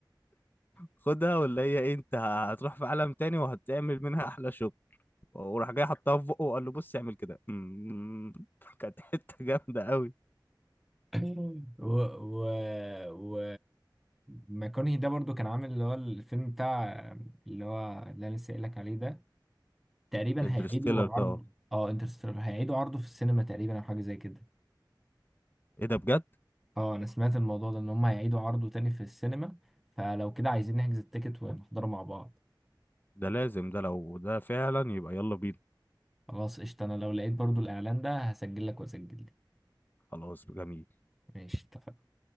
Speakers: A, on the left; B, in the centre.
A: خدها ولا هي إيه انت هتروح في عالم تاني وهتعمل منها احلى شغل وراح جاي حطها في بقه وقال له بص اعمل كده أمم. <laughs> كانت حته جامده قوي
B: <laughs> و و و ماكونهي ده برضو كان عامل اللي هو الفيلم بتاع اللي هو اللي انا لسه قايل لك عليه ده تقريبا
A: انترستيلر
B: هيعيدوا عرض
A: ده اه
B: اه انترستيلر هيعيدوا عرضه في السينما تقريبا او حاجه زي كده
A: ايه ده بجد
B: اه انا سمعت الموضوع ده ان هم هيعيدوا عرضه تاني في السينما فلو كده عايزين نحجز التيكت ونحضره مع بعض
A: ده لازم ده لو ده فعلا يبقى يلا بينا
B: خلاص قشطة انا لو لقيت برضو الاعلان ده هسجل لك واسجل لك
A: خلاص جميل
B: ماشي اتفقنا